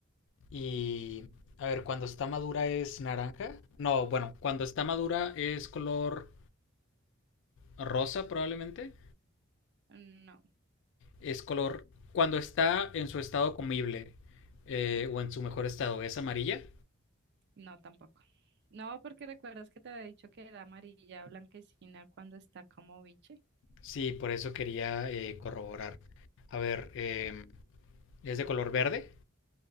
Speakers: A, on the left (about 60°); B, on the right (about 55°).
A: Y a ver, cuando está madura es naranja. No, bueno, cuando está madura es color rosa probablemente.
B: No.
A: Es color... Cuando está en su estado comible eh, o en su mejor estado es amarilla.
B: No, tampoco. No, porque recuerdas que te había dicho que era amarilla blanquecina cuando está como biche.
A: Sí, por eso quería eh, corroborar. A ver, em, ¿es de color verde?